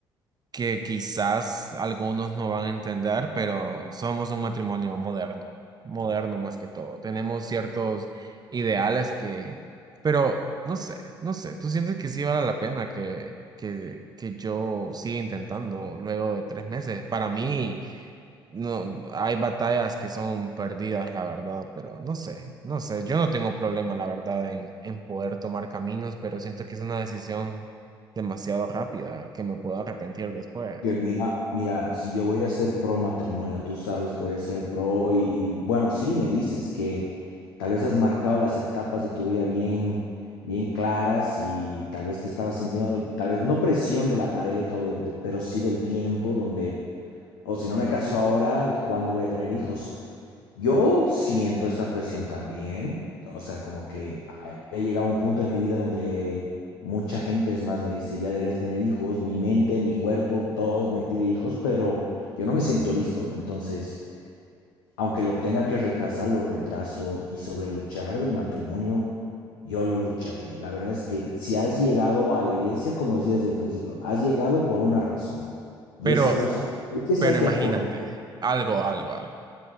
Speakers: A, on the right; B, on the left.
A: que quizás algunos no van a entender, pero somos un matrimonio moderno, moderno más que todo. Tenemos ciertos ideales que, pero no sé, no sé, ¿tú sientes que sí vale la pena que, que, que yo siga intentando luego de tres meses? Para mí... No, hay batallas que son perdidas, la verdad, pero no sé, no sé. Yo no tengo problema, la verdad, en, en poder tomar caminos, pero siento que es una decisión demasiado rápida que me puedo arrepentir después.
B: Que mira, mira, si yo voy a ser pro matrimonio, tú sabes que voy a ser pro y, y, bueno, sí, me dices que tal vez has marcado las etapas de tu vida bien, bien claras y tal vez te estabas sintiendo, y tal vez no presión de la pareja, o de- de- pero sí del tiempo, donde, o si no me caso ahora, ¿cuándo voy a tener hijos? Yo siento esa presión también, o sea, como que a- he llegado a un punto de mi vida donde mucha gente es más me dice, ya deberías tener hijos, mi mente, mi cuerpo, todo me pide hijos, pero yo no me siento listo, entonces, aunque lo tenga que retrasar, lo retraso y sobre luchar del matrimonio, yo lo lucharía. La verdad es que si has llegado a la iglesia, como decía desde el principio, has llegado por una razón y
A: Pero,
B: esa razón, entonces
A: pero
B: hay que
A: imagínate,
B: acordar.
A: algo, algo, algo.